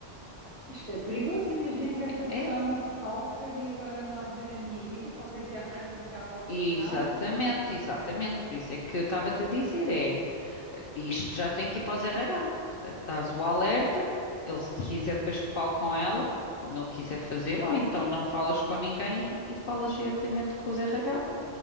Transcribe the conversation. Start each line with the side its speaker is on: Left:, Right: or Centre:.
Right: Isto é perigoso. Imagina que esta pessoa
Left: é,
Right: é uma stalker e agora anda a ver a minha vida. Qualquer dia aparece-me aqui à porta
Left: exatamente,
Right: de casa.
Left: exatamente. Por isso é que eu estava-te a dizer, é. Isto já tem que ir para os RH. Portanto, dás o alerta, ele se quiser depois que fale com ela, como ele quiser fazer, ou então não falas com ninguém e, e falas diretamente com os RH.